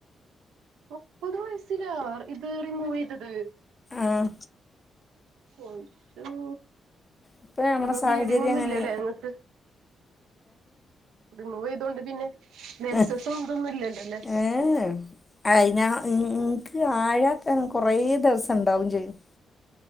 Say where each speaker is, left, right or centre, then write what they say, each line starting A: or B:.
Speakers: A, on the right; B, on the left.
A: മുപ്പത് വയസ്സിലാ ഇത് റിമൂവ് ചെയ്തത്
B: ആഹ്
A: ഒരു
B: ഇപ്പം നമ്മളെ
A: ഇപ്പൊ
B: സാഹചര്യം
A: ബ്ലീഡിങ് ഒന്നും
B: അങ്ങനെ
A: ഇല്ലല്ലേ ഇങ്ങക്ക് മൂവ് ചെയ്തകൊണ്ട് പിന്നെ മെൻസസും
B: ഏ
A: ഇതൊന്നും ഇല്ലല്ലെ
B: ഏഹ് അയിന ഈ ഇനിക്ക് ആഴത്തന്നെ കൊറ ദിവസം ഉണ്ടാവും ചെയ്യും